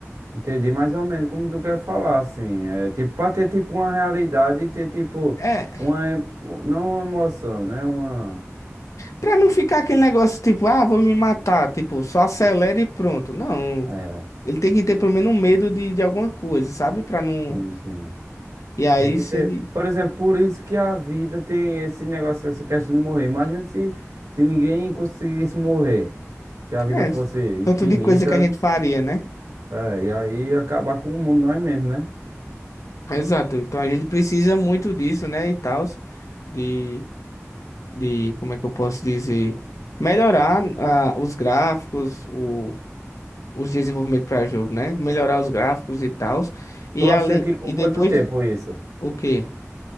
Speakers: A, on the right; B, on the left.
A: Entendi mais ou menos como tu quer falar, assim. É tipo, pra ter tipo uma realidade e ter tipo
B: é
A: uma. em- Não uma emoção, né? Uma.
B: Pra não ficar aquele negócio tipo, ah, vou me matar, tipo, só acelera e pronto. Não,
A: É.
B: ele tem que ter pelo menos um medo de, de alguma coisa, sabe? Pra não.
A: Sim, sim.
B: E aí,
A: Tem que
B: se
A: ter.
B: ele.
A: Por exemplo, por isso que a vida tem esse negócio, essa questão de morrer. Imagina se, se ninguém conseguisse morrer. Se a vida
B: É,
A: fosse
B: tanto
A: infinita,
B: de coisa que a gente faria, né?
A: é, e aí ia acabar com o mundo nós mesmos, né?
B: Exato. Então a gente precisa muito disso, né? E tal, de, de, como é que eu posso dizer? Melhorar ah, os gráficos, o, os desenvolvimentos para jogo, né? Melhorar os gráficos e tal. E
A: Tu acha
B: além.
A: que com
B: E
A: quanto
B: depois
A: tempo
B: de.
A: isso?
B: O quê?